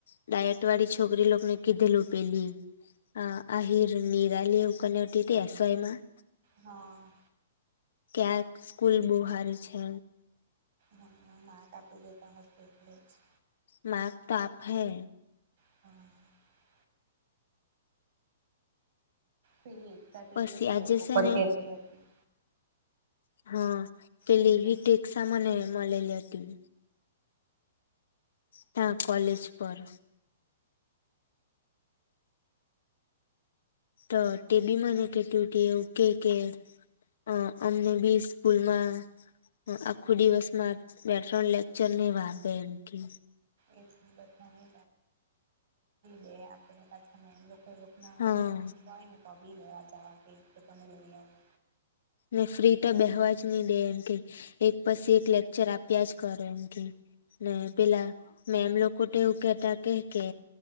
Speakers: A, on the left; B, on the right.
A: ડાયટ વાડી છોકરી લોકને કીધેલું પેલી હા. આહિર નિરાલી કરીને હતી તે એસવાયમાં
B: હા.
A: ક્યાંક સ્કૂલ બહુ સારી છે.
B: હા માર્કસ કાપી દેતા <unintelligible> જ
A: માર્ક કાપશે
B: <inaudible> પેલી એકતા તે
A: પછી
B: દિવસ એ
A: આજે
B: ડેપો
A: છે
B: પર
A: ને
B: કહેતી હતી.
A: હા પેલી
B: એમ કે
A: હીટેક્ષા મને મળેલી હતી. ત્યાં કોલેજ પર તો તે પણ મને કહતી હતી કે એવું કહે કે હા. અમને બી સ્કૂલમાં આખું દિવસમાં બે ત્રણ લેક્ચર ને વા આપે એમ કહે
B: એ બધા ને જ આપે <unintelligible> અને એમ લોકો એ લોકોના <unintelligible>
A: હા
B: હોય ને તો આ બી લેવા જવા કે તો તમે લઈ આવો.
A: ને ફ્રી તો બેસવા જ નહી દે એમ કહે એક પછી એક લેક્ચર આપ્યા જ કરે એમ કહે ને પેલા મેમ લોકો તો એવું કહેતા કહે કે